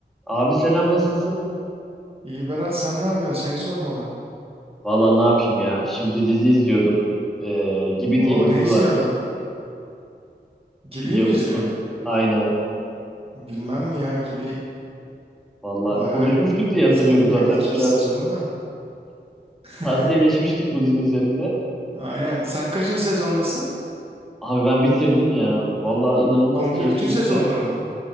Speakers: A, in the centre; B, on the right (about 30°).
A: Abi selam nasılsın?
B: İyi Berat sen ne yapıyorsun? Seni sormalı.
A: Valla ne yapayım ya. Şimdi dizi izliyordum. Ee, Gibi diye
B: Oo
A: bir
B: ne
A: dizi
B: izliyordun?
A: var.
B: Gibi
A: Biliyor
B: mi
A: musun?
B: izliyorsun?
A: Aynen.
B: Bilmem mi ya gibi
A: Valla
B: bayağı
A: konuşmuştuk diye
B: izledim
A: hatırlıyorum zaten.
B: ben ilk iki
A: Biraz
B: sezonu da. <laughs>
A: tavsiyeleşmiştik bu dizi üzerinde.
B: Aynen. Sen kaçıncı sezondasın?
A: Abi ben bitirdim ya. Valla inanılmaz
B: Komple
A: keyifli
B: bütün
A: gitti.
B: sezonları mı?